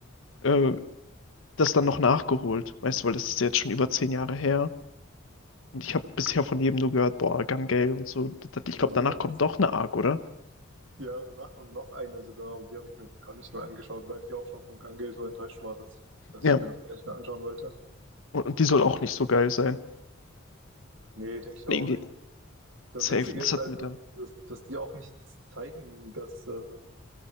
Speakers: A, on the left (about 70°); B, on the right (about 65°).
A: äh, das dann noch nachgeholt. Weißt du, weil das ist jetzt schon über zehn Jahre her. Und ich habe bisher von jedem nur gehört, boah, Gun-Gale und so. Das- Ich
B: Also
A: glaube, danach
B: die machen's.
A: kommt doch eine Arc, oder?
B: Ja, danach kommt noch eine sogar, und die habe ich mir gar nicht mehr angeschaut, weil ich auch schon von Gun Gale so enttäuscht war, dass ich, dass
A: Ja.
B: ich mir das gar nicht mehr anschauen wollte.
A: Und, und die soll auch nicht so geil sein.
B: Nee, denke ich auch
A: Nee, Irgendwie
B: nicht. Das
A: safe.
B: Witzige
A: Das
B: ist
A: hat
B: halt,
A: mir
B: dass,
A: dann.
B: dass, dass die auch nicht zeigen, dass äh,